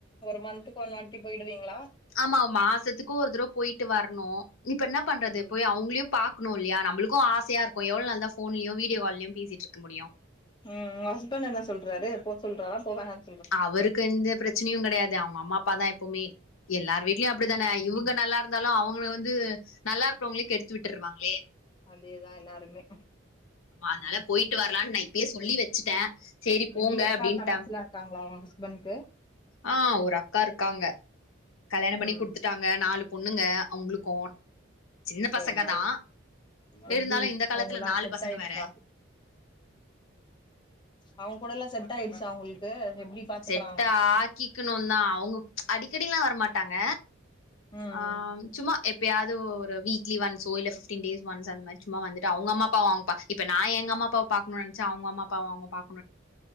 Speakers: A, on the left; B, on the left.
A: ஒரு மந்த்துக்கு ஒன் வாட்டி போய்டுவீங்ளா
B: ஆமா மாசத்துக்கு ஒரு தடவ போய்ட்டு வர்ணு இப்ப என்ன பண்றது
A: ம்
B: போய் அவ்ங்ளையு பாக்ணு இல்லியா நம்மளுக்கு ஆசையா இருக்கு எவ்ளோ நாள் தா ஃபோன்லயு வீடியோ கால்லயு பேசிட்ருக்க முடியு
A: ம் உ ஹஸ்பண்ட் என்ன சொல்றாரு போ சொல்றாரா போவனான்
B: அவருக்கு எந்த பிரச்சனையு கெடையாது அவங்க அம்மா அப்ப தா இப் போமே எல்லாரு வீட்லயு அப்டி தான இவங்க நல்லா இருந்தாலு அவங்க வந்து நல்லா இருக்குறவங்களயு கெடுத்து விட்ருவாங்களே
A: அதேதா எல்லாருமே
B: அதனால போய்ட்டு வரலான் நா இப்பயே சொல்லி வச்சுட்ட சரி போங்க
A: எப்டி அக்கா
B: அப்டின்ட்டாங்க
A: தங்கச்சிலா இருக்காங்களா உங்க ஹஸ்பண்ட்க்கு
B: ஆ ஒரு அக்கா இருக்காங்க கல்யாணோ பண்ணி
A: ம்
B: குடுத்துட்டாங்க நாலு பொண்ணுங்க அவங்களுக்கு சின்ன
A: சேரி
B: பசங்க தா
A: எப்டி
B: இருந்தாலு இந்த காலத்துல
A: அவங்களா
B: நாலு
A: செட்
B: பசங்க
A: ஆய்டுச்சா
B: வேற
A: அவங்க கூடல்லா செட் ஆய்டுச்சா உங்களுக்கு எப்டி பாத்துக்கறாங்க
B: செட் ஆக்கிக்கணு தா அவங்க அடிக்கடில்லா வரமாட்டாங்க
A: ம்
B: ஆ
A: ம்
B: சும்மா எப்பயாது ஒரு வீக்லி ஒன்ஸோ இல்ல பிப்டீன் டேஸ் ஒன்ஸ் அந்த மாரி சும்மா வந்துட்டு அவங்க அம்மா அப்பா அவங்க பா இப்ப நா எங்க அம்மா அப்பாவ பாக்கணுன் நெனச்சா அவங்க அம்மா அப்பாவ அவங்க பாக்